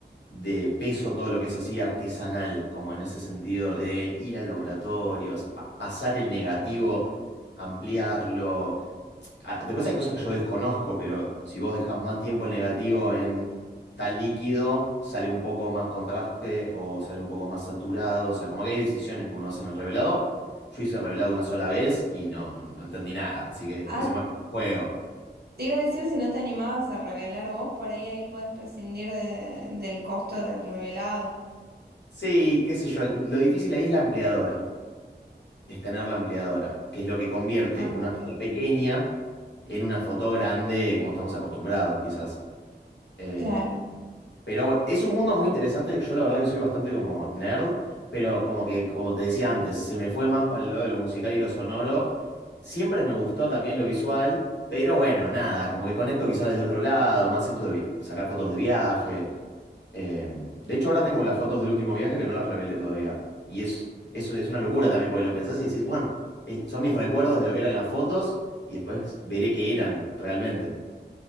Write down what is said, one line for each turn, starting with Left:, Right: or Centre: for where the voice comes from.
Left: de peso todo lo que es así artesanal, como en ese sentido de ir al laboratorio, as- pa- pasar el negativo, ampliarlo, Ah, Después hay cosas que yo desconozco, pero si vos dejas más tiempo el negativo en tal líquido, sale un poco más contraste o sale un poco más saturado. O sea, como que hay decisiones que uno hace en el revelado. Yo hice revelado una sola vez y no, no, no entendí nada, así que lo
Right: Ah,
Left: hice más como un juego.
Right: te iba a decir si no te animabas a revelar vos, por ahí ahí podés prescindir de- del costo del revelado.
Left: Sí, qué sé yo, lo difícil ahí es la ampliadora, es tener la ampliadora, que es lo que convierte
Right: Ah,
Left: una
Right: ok,
Left: foto pequeña en una foto grande como estamos acostumbrados, quizás. Eh,
Right: claro.
Left: Pero bueno, es un mundo muy interesante. Yo la verdad que soy bastante como nerd, pero como que, como te decía antes, se me fue más para el lado de lo musical y lo sonoro. Siempre me gustó también lo visual, pero bueno, nada, como que conecto quizás desde otro lado, más esto de vi- sacar fotos de viaje. Eh, de hecho, ahora tengo las fotos del último viaje que no las revelé todavía. Y es, es, es una locura también, porque lo pensás y decís, bueno, es- son mis recuerdos de lo que eran las fotos y después veré qué eran realmente.